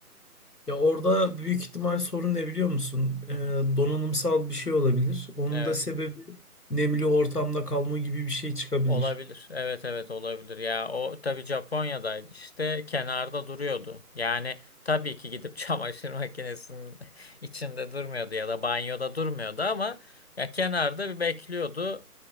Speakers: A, on the left; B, on the left.
A: Ya orada büyük ihtimal sorun ne biliyor musun?
B: Hı
A: Ee,
B: hı.
A: donanımsal bir şey olabilir. Onun
B: Evet.
A: da sebebi nemli ortamda kalma gibi bir şey çıkabilir.
B: Olabilir. Evet evet olabilir. Ya o tabii Japonya'daydı işte kenarda duruyordu. Yani tabii ki gidip <laughs> çamaşır makinesinin içinde durmuyordu ya da banyoda durmuyordu ama ya kenarda bir bekliyordu.